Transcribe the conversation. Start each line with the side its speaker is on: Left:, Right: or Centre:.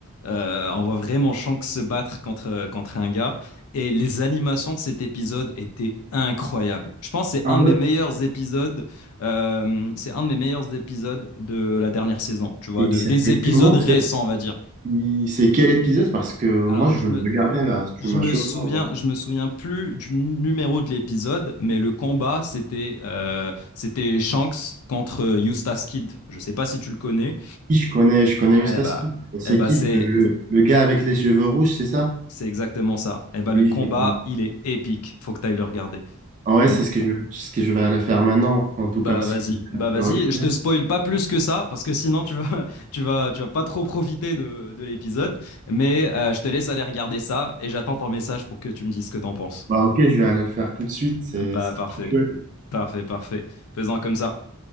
Left: euh, on voit vraiment Shanks se battre contre, contre un gars. Et les animations de cet épisode étaient incroyables. Je pense que c'est
Right: Ah
Left: un de
Right: ouais.
Left: mes meilleurs épisodes, euh, c'est un de mes meilleurs épisodes de la dernière saison, tu vois,
Right: Et il
Left: de,
Right: s'appelle
Left: des épisodes
Right: comment?
Left: récents,
Right: ce-
Left: on va dire.
Right: il- C'est quel épisode? Parce que moi,
Left: Alors,
Right: je
Left: je
Right: veux le
Left: me,
Right: regarder là. Tu
Left: je
Right: m'as
Left: me
Right: chauffé.
Left: souviens,
Right: en vrai.
Left: je me souviens plus du numéro de l'épisode, mais le combat, c'était euh, c'était Shanks contre Eustace Kid. Je sais pas si tu le connais.
Right: Qui Je connais, je connais
Left: Eh
Right: Eustace
Left: bah,
Right: Kid. C'est
Left: eh bah
Right: qui
Left: c'est
Right: le, le, le gars avec les cheveux rouges, c'est ça?
Left: c'est exactement ça. Eh bah, le
Right: Oui,
Left: combat,
Right: je le
Left: il est épique. Faut que tu ailles le regarder.
Right: Ah ouais,
Left: Vraiment,
Right: c'est ce
Left: c'est-
Right: que je, ce que je vais aller faire maintenant, en tout
Left: Bah
Right: cas, parce
Left: vas-y,
Right: que j'ai
Left: bah
Right: hâte de
Left: vas-y,
Right: le regarder.
Left: je te spoil pas plus que ça parce que sinon tu vas <laughs> tu vas tu vas pas trop profiter de, de l'épisode, mais euh, je te laisse aller regarder ça et j'attends ton message pour que tu me dises ce que t'en penses.
Right: Bah ok, je vais aller le faire tout de suite, c'est
Left: Bah
Right: c'est
Left: parfait.
Right: trop chouette.
Left: Parfait, parfait. Faisons comme ça.